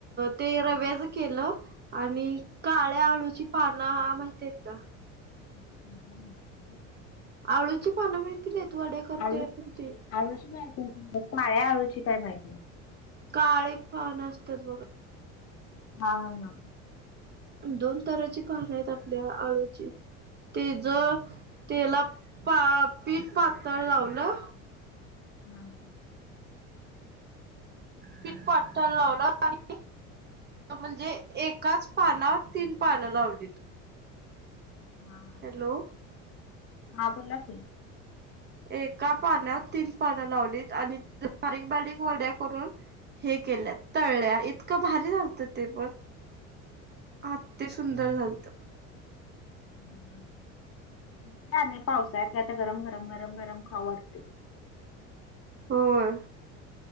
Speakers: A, on the right (about 30°); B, on the left (about 35°).
A: ते,
B: हा
A: रव्याच केलं, आणि काळ्या आळूची पान, माहिती आहेत का?
B: <unintelligible>
A: आळूची पानं माहिती नाहीेत, वड्या करतोय
B: आळूची
A: आपण ते.
B: आळूची माहिती, काळ्या आळूची काय माहिती नाही.
A: काळे पान, असतात बघा.
B: हा ना,
A: दोन, तराची पानं आहेत, आपल्या आळूची. तेज, तेला पा पीठ पातळ लावलं.
B: हम्म
A: पिठ पातळ लावलं आणि, म्हणजे एकाच पानात तीन पानं लावलीत.
B: हा हा
A: हॅलो!
B: हा बोला की.
A: एका पानात तीन पानं लावलीत आणि बारीक बारीक वड्या करून, हे केल्या तळल्या इतकं भारी झालत ते पण. अति सुंदर झालत.
B: हम्म काय नाही पावसाळ्यात काहीतरी गरम गरम गरम गरम खाऊ वाटतंय.
A: होय